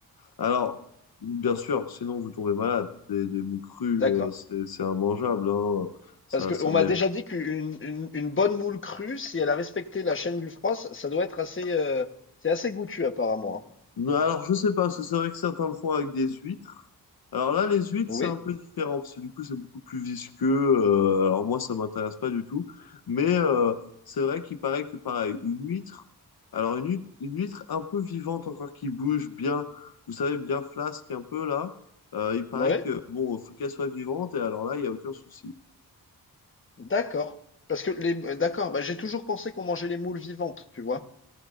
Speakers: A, on the left; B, on the left.
A: Alors, bien sûr, sinon vous tombez malade. Des, des moules crues,
B: D'accord.
A: euh, c'est, c'est immangeable, hein. Ça,
B: Parce qu'on
A: ça mérite.
B: m'a déjà dit qu'une une, une bonne moule crue, si elle a respecté la chaîne du froid, ça ça doit être assez, euh, c'est assez goûtu apparemment. hein.
A: Non, Alors, je sais pas, parce que c'est vrai que certains le font avec des huîtres. Alors là, les huîtres,
B: Oui,
A: c'est un peu différent, parce que du coup, c'est beaucoup plus visqueux. euh, alors moi, ça m'intéresse pas du tout. Mais euh, c'est vrai qu'il paraît que, pareil, une huître, alors une huître, une huître un peu vivante encore, qui bouge bien, vous savez, bien flasque un peu là, euh, il paraît
B: oui,
A: que, bon, faut qu'elle soit vivante, et alors là, il y a aucun souci.
B: d'accord. Parce que les, euh, d'accord, bah, j'ai toujours pensé qu'on mangeait les moules vivantes, tu vois.